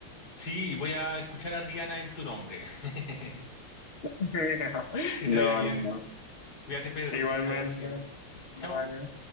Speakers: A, on the left; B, on the left.
A: Sí, voy a escuchar a Rihanna en tu nombre. <laughs>
B: <laughs>
A: Que
B: No,
A: te vaya bien.
B: no, no.
A: Cuídate, Pedro,
B: Igualmente.
A: que te vaya muy bien.
B: Bye.
A: Chao.